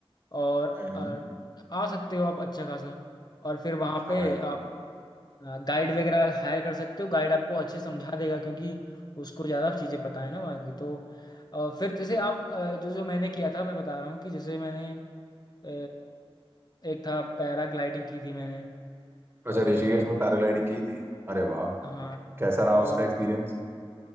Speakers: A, on the left (about 45°); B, on the right (about 20°).
A: और
B: हम्म
A: अ, आ सकते हो आप अच्छा खासा और फिर वहाँ
B: समझ
A: पे
B: गया
A: आप गाइड वगैरह हायर कर सकते हो गाइड आपको अच्छे समझा देगा क्योंकि उसको ज़्यादा चीज़ें पता है ना वहाँ की तो अ, फिर जैसे आप अ, जो जो मैंने किया था मैं बता रहा हूँ कि जैसे मैंने अ, एक था पैराग्लाइडिंग की थी मैंने
B: अच्छा
A: आ,
B: ऋषिकेश में पैराग्लाइडिंग की थी अरे वाह
A: हाँ
B: कैसा रहा
A: और
B: उसका एक्सपीरियंस